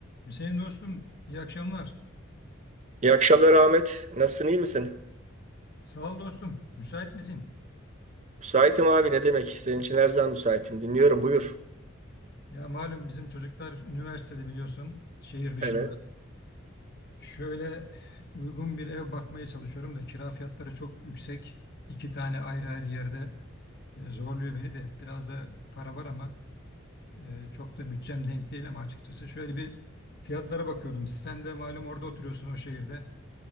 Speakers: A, on the left; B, on the right.
A: Hüseyin dostum, iyi akşamlar.
B: İyi akşamlar Ahmet. Nasılsın, iyi misin?
A: Sağ ol dostum. Müsait misin?
B: Müsaitim abi ne demek? Senin için her zaman müsaitim. Dinliyorum buyur.
A: Ya malum bizim çocuklar üniversitede biliyorsun, şehir dışında.
B: Evet,
A: Şöyle uygun bir ev bakmaya çalışıyorum da kira fiyatları çok yüksek. İki tane ayrı ayrı yerde e, zorluyor beni de. Biraz da para var ama e, çok da bütçem denk değil ama açıkçası. Şöyle bir fiyatlara bakıyordum. Sen de malum orada oturuyorsun o şehirde.